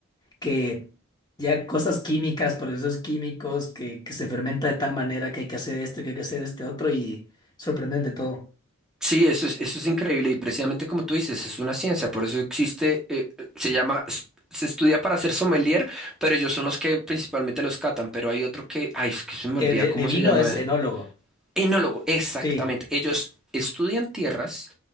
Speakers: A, on the left; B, in the centre.
A: que ya cosas químicas, procesos químicos, que, que se fermenta de tal manera que hay que hacer esto, que hay que hacer este otro y sorprendente todo.
B: Sí, eso es, eso es increíble y precisamente como tú dices, es una ciencia, por eso existe, eh, se llama, s- se estudia para ser sommelier, pero ellos son los que principalmente los catan, pero hay otro que, ay, es que se me
A: Eh,
B: olvida
A: de,
B: cómo
A: de vino
B: se llama,
A: es enólogo.
B: enólogo, exactamente,
A: Sí,
B: ellos estudian tierras,